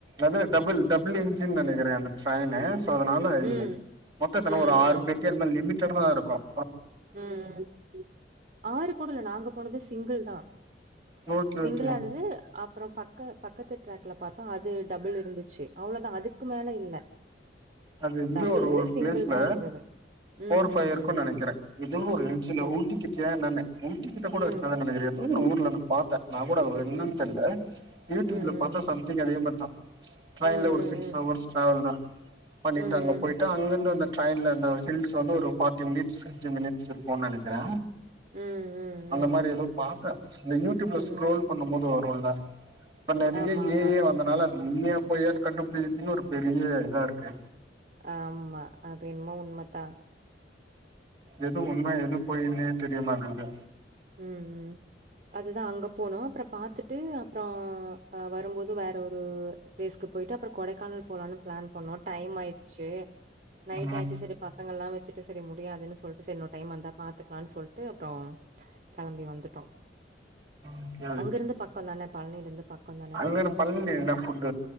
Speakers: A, on the right (about 25°); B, on the right (about 40°).
A: அதா டபுள் டபுள் என்ஜின் நெனைக்கிறே அந்த ட்ரெய்னு சோ அதனால இங்க
B: ம்
A: மொத்த எத்தன
B: ம்
A: ஒரு
B: ம்
A: ஆறு பெட்டி அதுமாரி லிமிட்டடாதா இருக்கும்
B: ம் ஆறுகூடல்ல நாங்க போனது சிங்கிள் தா
A: ஓகே
B: சிங்கிளாந்தது
A: ஓகே
B: அப் அப்றொ பக்க பக்கத்து ட்ராக்ல பார்த்தோ அது டபுள் இருந்துச்சு அவ்ளதா அதுக்கு மேல இல்ல
A: அது இந்த
B: டபுளு
A: ஒரு ஒரு
B: சிங்கிள்
A: பிளேஸ்ல
B: தா இருந்தது
A: போர்
B: ம்
A: பைவ்
B: ம்
A: இருக்குனு
B: ம்
A: நெனைக்கிறே எதோ ஒரு ஹில்ஸ்ல
B: ஓ
A: ஊட்டிக்கிட்டயா என்னனு ஊட்டிக்கிட்ட கூட
B: ம்
A: இருக்காதுன்னு எதோ ஒரு ஊர்ல நா பாத்தே நா கூட அது என்னன்னு
B: ம்
A: தெர்ல யூடியூப்ல
B: ம் ம்
A: பாத்தா சம்திங் அதே மார்தா ட்ரெய்ன்ல
B: ம் ம் ம்
A: ஒரு சிக்ஸ் ஹவர்ஸ் டராவல் தா பண்ணிட்டு
B: ம் ம்
A: அங்க போயிட்டு
B: ம்
A: அங்கிருந்து அந்த ட்ரெயின்ல இந்த ஹில்ஸ் வந்து ஒரு ஃபாட்டி மினிட்ஸ் பிப்டி மினிட்ஸ் இருக்கும்னு நெனக்கிறே
B: ம் ம் ம்
A: அந்த மாரி எதோ பாத்தே இந்த யூடியூப்ல
B: ம்
A: ஸ்க்ரோல்
B: ம்
A: பண்ணும் போது வருல்ல இப்ப நெறைய
B: ஆமா ஆமா
A: ஏ ஐ வந்தனால அது உண்மையா பொயான்னு கண்டுபிடிக்கத்துக்கே ஒரு பெரிய இதா இருக்கு
B: ஆமா அது என்னமோ உண்மைதான்
A: எது உண்மை எது பொய்யின்னே தெரிய மாட்டது
B: ம் ம் அதுதா அங்க போனும் அப்புறம் பாத்துட்டு அப்புறம் அ‌ வரும்போது வேற ஒரு ப்ளே ஸ்கு போயிட்டு அப்புறம் கொடைக்கானல் போலான்னு பிளான் பண்ணோ டைம் ஆயிடுச்சி நைட்
A: ம்
B: ஆயிருச்சு சரி பசங்கல்லா வச்சுட்டு சரி முடியாதுன்னு சொல்லிட்டு சரி இன்னொரு டைம் வந்தா பாத்துக்கலாம் சொல்லிட்டு அப்றொ கெளம்பி வந்துட்டோம்
A: ஓகே
B: அங்கிருந்து பக்கம் தானே பழனியில இருந்து பக்கம்
A: அங்கன்ன பழனில என்ன புட்‌